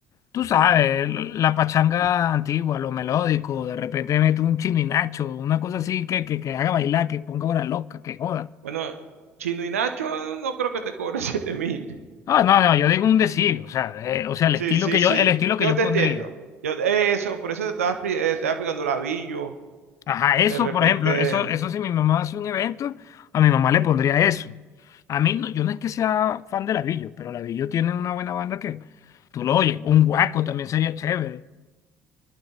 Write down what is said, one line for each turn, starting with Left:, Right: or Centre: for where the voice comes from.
Left: tú sabes, la pachanga antigua, lo melódico, de repente meto un nacho, una cosa así que, que, que haga bailar, que ponga hora loca, que joda.
Right: Bueno, Chino y Nacho no creo que te cobre <laughs> siete mil.
Left: No, no, no, yo digo un decir, o sea, eh, o sea, el
Right: Sí,
Left: estilo
Right: sí,
Left: que
Right: sí,
Left: yo, el estilo que
Right: yo
Left: yo
Right: te
Left: pondría.
Right: entiendo. Yo, eso, por eso te estaba, expli- eh, estaba explicando Lavillo,
Left: Ajá, eso,
Right: de repente,
Left: por ejemplo, eso, eso si mi mamá hace un evento, a mi mamá le pondría eso. A mí, no, yo no es que sea fan de Lavillo, pero Lavillo tiene una buena banda que tú lo oyes. Un Guaco también sería chévere.